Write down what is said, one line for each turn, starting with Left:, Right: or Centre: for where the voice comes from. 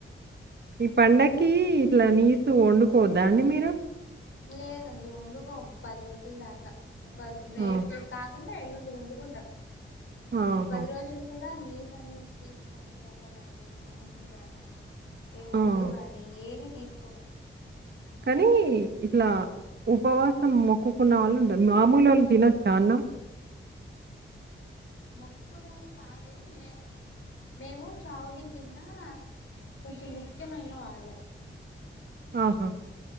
Right: ఈ పండక్కీ ఇట్లా నీసు వండుకోద్దా అండి మీరు
Left: లేదండి ఒండుగోం పది రోజుల దాకా రేపు
Right: ఆ!
Left: కాకుండా ఎల్లుండి వండుకుంటాం
Right: ఆహా!
Left: ఈ పది రోజులు కూడా ఇలా నీసు అనేది తీసుకోం చేపగాని మాంసం గాని ఏ
Right: ఆ!
Left: బుడ్డు గాని ఏది తీసుకోము
Right: కానీ ఇట్లా ఉపవాసం మొక్కుకున్న వాళ్ళు మామూలుల్లు తినచ్చా అన్నం
Left: మొక్కుకున్నల్లు కాదు మే మేము చావుడి కింద కొంచెం ముఖ్యమైన వాళ్ళం
Right: ఆహా